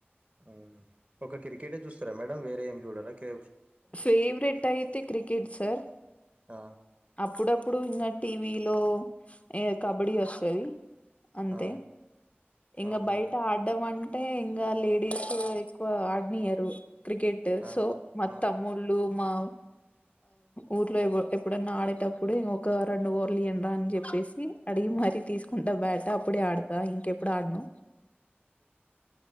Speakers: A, on the right; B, on the left.
A: ఆ ఒక క్రికెటే జూస్తారా మేడం వేరే ఏం చూడరా క్ర
B: ఫేవరెట్ అయితే క్రికెట్ సార్
A: ఆ
B: అప్పుడప్పుడు ఇంగ టీవీలో ఏ కబడ్డీ వస్తది అంతే
A: ఆ
B: ఇంగ
A: అవునా
B: బయట
A: మేడం
B: అడ్డం అంట అంటే ఇంగ లేడీస్ ఎక్కువ ఆడినియరు క్రికెట్
A: ఆ
B: సో మా
A: అవును
B: తమ్ముళ్ళు మా ఊర్లో ఎ ఎప్పుడన్న ఆడేటప్పుడు ఇంగ ఒక రెండు ఓర్లు ఈయండ్రి అని చెప్పేసి అడిగి మరీ తీసుకుంటా బ్యాట అప్పుడే ఆడతా ఇంకెప్పుడు ఆడను